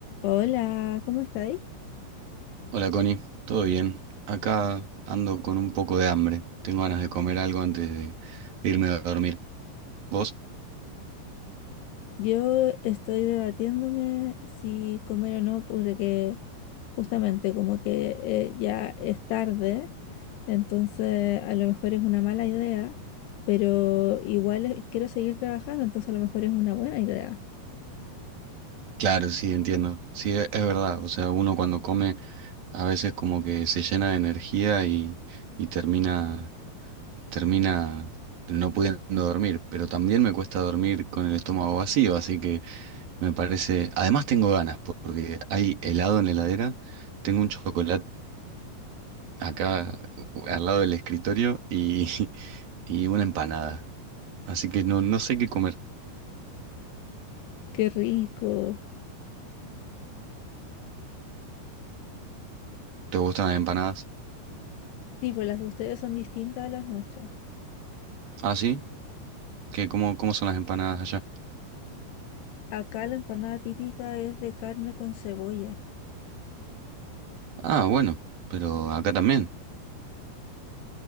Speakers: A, on the left; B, on the right.
A: Hola, ¿cómo estáis?
B: Hola Connie, ¿todo bien? Acá ando con un poco de hambre. Tengo ganas de comer algo antes de irme a dormir. ¿Vos?
A: Yo estoy debatiéndome si comer o no, porque justamente como que eh, ya es tarde, entonces a lo mejor es una mala idea, pero igual eh, quiero seguir trabajando, entonces a lo mejor es una buena idea.
B: Claro, sí, entiendo. Sí, e- es verdad. O sea, uno cuando come a veces como que se llena de energía y, y termina, termina no pudiendo dormir. Pero también me cuesta dormir con el estómago vacío, así que me parece... Además tengo ganas porque hay helado en la heladera, tengo un chocolate. acá u- al lado del escritorio y, <laughs> y una empanada. Así que no, no sé qué comer.
A: ¡Qué rico!
B: ¿Te gustan las empanadas?
A: Sí, pues las de ustedes son distintas a las nuestras.
B: Ah, sí. ¿Qué, cómo, cómo son las empanadas allá?
A: Acá la empanada típica es de carne con cebolla,
B: Ah, bueno, pero acá también.